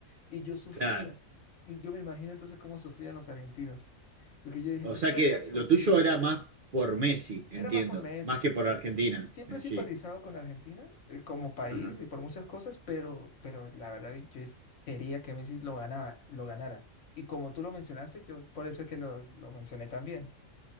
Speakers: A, on the left (about 65°); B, on the right (about 50°).
A: Y yo sufría.
B: claro.
A: Y yo me imagino entonces cómo sufrían los argentinos. Porque yo dije, yo
B: O
A: estoy
B: sea
A: acá
B: que
A: sufriendo.
B: lo tuyo era más por Messi, entiendo,
A: Era más por Messi,
B: más
A: sí,
B: que por Argentina
A: Siempre
B: en
A: he simpatizado
B: sí.
A: con Argentina eh, como país
B: Ajá.
A: y por muchas cosas, pero, pero la verdad yo es- quería que Messi lo ganaba, lo ganara. Y como tú lo mencionaste, yo por eso es que lo, lo mencioné también.